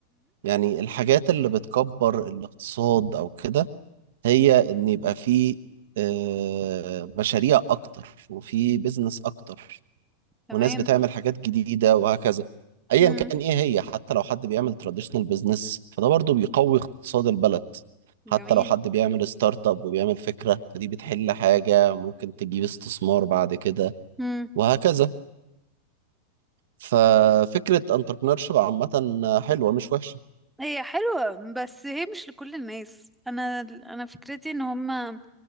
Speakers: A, on the right; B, in the centre.
A: يعني الحاجات اللي بتكبر الاقتصاد او كده هي ان يبقى فيه آه، مشاريع اكتر وفي بيزنس اكتر
B: تمام
A: وناس بتعمل حاجات جديدة وهكذا ايا
B: امم
A: كان ايه هي حتى لو حد بيعمل تراديشنال بزنس فده برضو بيقوي اقتصاد البلد حتى
B: جميل
A: لو حد بيعمل ستارت اب وبيعمل فكرة فدي بتحل حاجة ممكن تجيب استثمار بعد كده
B: امم
A: وهكذا ففكرة انتربرنورشيب عامة حلوة مش وحشة
B: هي حلوة بس هي مش لكل الناس انا انا فكرتي ان هم